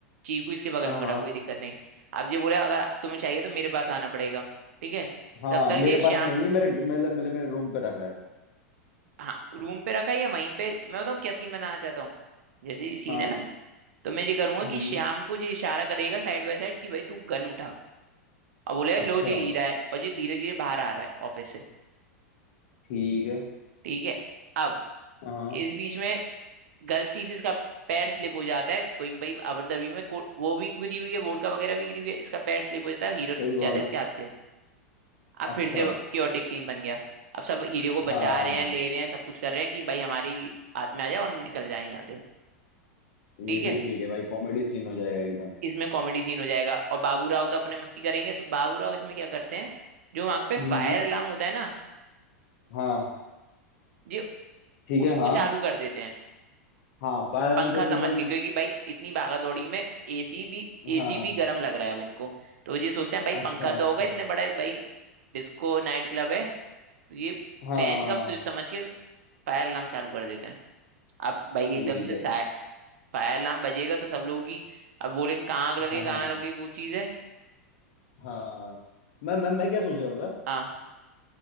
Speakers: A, on the right; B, on the left.
A: चीकू इसके बगल
B: हाँ
A: में खड़ा है, कोई दिक्कत नहीं अब ये बोले अगर तुम्हें चाहिए तो मेरे पास आना पड़ेगा ठीक है
B: हाँ
A: तब तक
B: मेरे
A: ये श्याम
B: पास नहीं है मेरे मेरे मेरे, मेरे रूम पे रखा है
A: हाँ रूम पे रखा है या वहीं पे मैं बताऊँ क्या सीन बनाना चाहता हूँ जैसे ये सीन
B: हाँ
A: है ना तो मैं ये करूंगा
B: हम्म
A: कि श्याम को ये इशारा करेगा साइड बाय साइड कि भाई तू गन उठा और बोले लो
B: अच्छा
A: ये हीरा है और ये धीरे धीरे बाहर आ रहा है ऑफिस से
B: ठीक है
A: ठीक है अब
B: हाँ
A: इस बीच में गलती से इसका पैर स्लिप हो जाता है गोइंग भाई अबरदबी में को- वो भी गिरी हुई है वोडका वगैरह भी गिरी हुई है इसका पैर स्लिप हो जाता है हीरो
B: सही
A: छूट
B: बात
A: जाता है
B: है
A: इसके हाथ से अब
B: अच्छा
A: फिर से क्योटिक सीन बन गया अब सब हीरो को बचा
B: हाँ
A: रहे हैं ले रहे हैं सब कुछ कर रहे हैं कि भाई हमारे ही हाथ में आ जाए और निकल जाए यहाँ से ठीक
B: ये
A: है
B: भी ठीक है भाई कॉमेडी सीन हो जाएगा एकदम
A: इसमें कॉमेडी सीन हो जाएगा और बाबू राव तो अपने मस्ती करेंगे तो बाबू राव इसमें क्या करते हैं जो वहां पे
B: हम्म
A: फायर अलार्म होता है ना
B: हाँ
A: ये
B: ठीक है
A: उसको
B: हाँ
A: चालू कर देते हैं
B: हाँ फायर
A: पंखा
B: आर्म कुछ
A: समझ
B: एकदम
A: के क्योंकि भाई इतनी भागा दौड़ी में एसी भी एसी
B: हाँ
A: भी गर्म लग रहा है अब इनको तो ये सोचते हैं भाई
B: अच्छा
A: पंखा तो
B: अच्छा
A: होगा इतने बड़ा भाई डिस्को नाइट क्लब है तो ये
B: हाँ
A: फैन
B: हाँ
A: का स्विच समझ के फायर अलार्म चालू कर देते हैं अब भाई
B: ठीक
A: एकदम
B: है
A: से फायर अलार्म बजेगा तो सब लोगों की अब बोलेंगे कहाँ आग लगे
B: हाँ
A: कहाँ
B: हाँ
A: आग लगे वो चीज़ है
B: हाँ मैं मैं मैं क्या सोच रहा था
A: हाँ